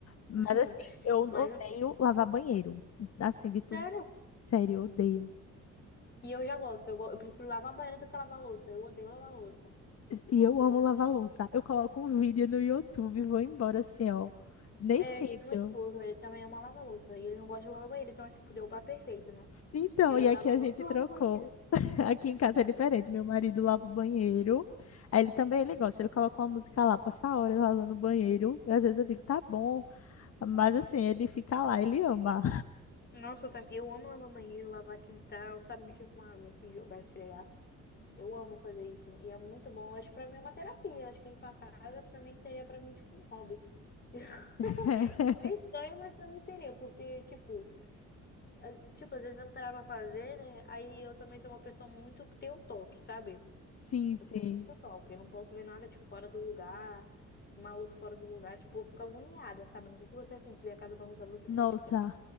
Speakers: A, on the left; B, on the left.
A: Mas
B: <laughs>
A: assim, eu odeio
B: Mas, é
A: lavar banheiro. Assim, de tudo,
B: sério.
A: sério, eu odeio.
B: E eu já gosto. Eu, go- eu prefiro lavar banheiro do que lavar louça. Eu odeio lavar louça.
A: E
B: Nossa,
A: eu amo
B: quando
A: lavar
B: eu...
A: louça. Eu coloco um vídeo no YouTube e vou embora assim, ó. Nem
B: É,
A: sinto.
B: que nem meu esposo, ele também ama lavar louça. E ele não gosta de lavar banheiro. Então, tipo, deu o par perfeito, né?
A: Então,
B: Que aí
A: e
B: Ele
A: aqui
B: lava
A: a
B: a louça
A: gente
B: e lava
A: trocou.
B: o banheiro.
A: <laughs> Aqui em casa é diferente. Meu marido lava o banheiro. Aí ele também, ele gosta. Ele coloca uma música lá, passa a hora lavando o banheiro. E às vezes eu digo, tá bom. Mas assim, ele fica lá, ele ama.
B: Nossa, eu, tam- eu amo lavar banheiro, lavar quintal, sabe? Mexer com água, assim, jogar, esfregar. Eu amo fazer isso. E é muito bom. Eu acho que pra mim é uma terapia. Eu acho que limpar a casa pra mim seria pra mim tipo um hobby. <laughs>
A: <laughs>
B: meio estranho, mas pra mim seria, porque, tipo, a- tipo, às vezes eu não tava pra fazer, né? Aí eu também sou uma pessoa muito que tem o toque, sabe?
A: Sim,
B: Eu
A: sim.
B: tenho muito toque. Eu não posso ver nada, tipo, fora do lugar, uma luz fora do lugar. Tipo, eu fico agoniada, sabe? Não sei se você, é assim, se vê a casa bagunçada, você
A: Nossa,
B: fica, tipo, a-